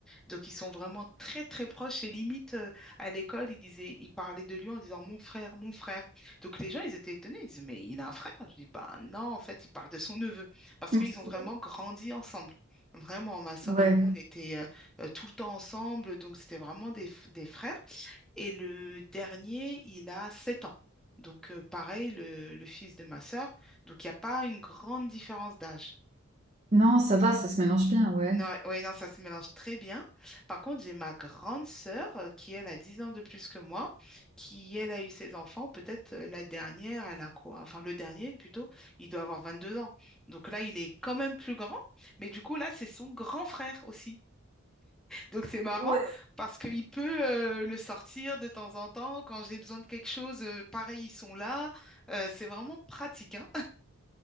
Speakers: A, in the centre; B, on the right.
A: Donc ils sont vraiment très très proches et limite euh, à l'école, ils disaient, ils parlaient de lui en disant mon frère, mon frère. Donc les gens, ils étaient étonnés, ils disaient, mais il a un frère? Je dis, bah non, en fait, il parle de son neveu parce
B: <laughs>
A: qu'ils ont vraiment grandi ensemble. Vraiment, ma soeur
B: Ouais.
A: et moi, on était euh, euh, tout le temps ensemble, donc c'était vraiment des, f- des frères. Et le dernier, il a 7 ans. Donc, euh, pareil, le, le fils de ma sœur. Donc, il n'y a pas une grande différence d'âge.
B: Non, ça va, ça se mélange bien, ouais.
A: Non, oui, non, ça se mélange très bien. Par contre, j'ai ma grande sœur euh, qui, elle, a 10 ans de plus que moi, qui, elle, a eu ses enfants. Peut-être euh, la dernière, elle a quoi? Enfin, le dernier, plutôt, il doit avoir vingt deux ans. Donc là, il est quand même plus grand. Mais du coup, là, c'est son grand frère aussi. Donc c'est marrant
B: Ouais.
A: parce qu'il peut euh, le sortir de temps en temps. Quand j'ai besoin de quelque chose, euh, pareil, ils sont là. Euh, c'est vraiment pratique, hein?